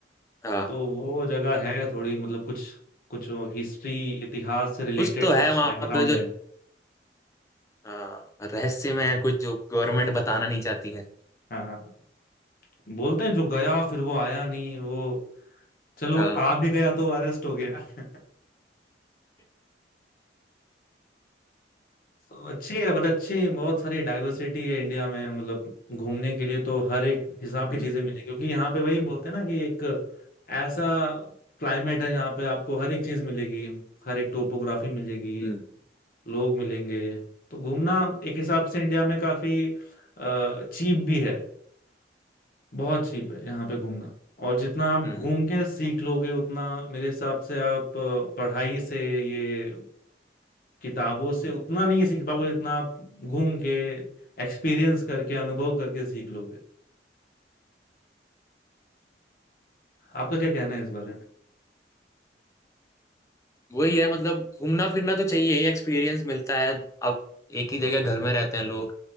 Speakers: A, on the left; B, on the left.
A: हाँ
B: तो वो जगह है थोड़ी मतलब कुछ कुछ हिस्ट्री इतिहास से रिलेटेड
A: कुछ तो है
B: कुछ
A: वहां
B: बैकग्राउंड
A: पे जो
B: है
A: हाँ, रहस्य में है कुछ जो गवर्नमेंट बताना नहीं चाहती है
B: हाँ हाँ। बोलते हैं जो गया फिर वो आया नहीं वो चलो
A: हाँ
B: आ भी गया तो अरेस्ट हो गया <laughs> तो अच्छी है बट अच्छी बहुत सारी डाइवर्सिटी है इंडिया में मतलब घूमने के लिए तो हर एक हिसाब की
A: हम्म
B: चीजें मिलेगी क्योंकि यहाँ पे वही बोलते हैं ना कि एक ऐसा क्लाइमेट है जहाँ पे आपको हर एक चीज मिलेगी हर एक टोपोग्राफी मिलेगी
A: हम्म
B: लोग मिलेंगे तो घूमना एक हिसाब से इंडिया में काफी चीप भी है बहुत चीप है यहाँ पे घूमना और जितना आप
A: हम्म।
B: घूम के सीख लोगे उतना मेरे हिसाब से आप अ, पढ़ाई से ये किताबों से उतना नहीं सीख पाओगे जितना आप घूम के एक्सपीरियंस करके अनुभव करके सीख लोगे आपका क्या कहना है इस बारे में
A: वही है मतलब घूमना फिरना तो चाहिए ही एक्सपीरियंस मिलता है अब एक ही जगह घर में रहते हैं लोग